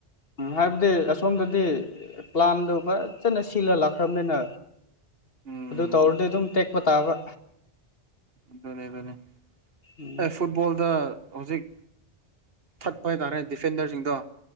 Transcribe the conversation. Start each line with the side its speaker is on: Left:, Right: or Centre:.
Left: ꯎꯝ ꯍꯥꯏꯕꯗꯤ ꯑꯁꯣꯝꯗꯗꯤ ꯄ꯭ꯂꯥꯟꯗꯨ ꯐꯖꯅ ꯁꯤꯜꯂ ꯂꯥꯛꯈ꯭ꯔꯕꯅꯤꯅ
Right: ꯎꯝ
Left: ꯑꯗꯨ ꯇꯧꯔꯗꯤ ꯑꯗꯨꯝ ꯇꯦꯛꯄ ꯇꯥꯕ
Right: ꯑꯗꯨꯅꯦ ꯑꯗꯨꯅꯦ
Left: ꯎꯝ
Right: ꯑꯦ ꯐꯨꯠꯕꯣꯜꯗ ꯍꯧꯖꯤꯛ ꯊꯛꯄ ꯍꯥꯏꯇꯥꯔꯦ ꯗꯤꯐꯦꯟꯗꯔꯁꯤꯡꯗꯣ